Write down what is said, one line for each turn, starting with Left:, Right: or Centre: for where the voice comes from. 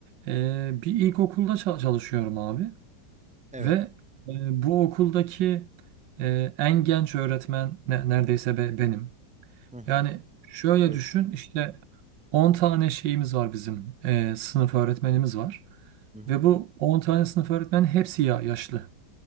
Right: e, bir ilkokulda ça- çalışıyorum abi
Centre: Evet.
Right: ve e, bu okuldaki e, en genç öğretmen ne- neredeyse be- benim.
Centre: Hı hı.
Right: Yani şöyle
Centre: Evet.
Right: düşün işte 10 tane şeyimiz var bizim e, sınıf öğretmenimiz var.
Centre: Hı hı.
Right: Ve bu 10 tane sınıf öğretmenin hepsi ya yaşlı.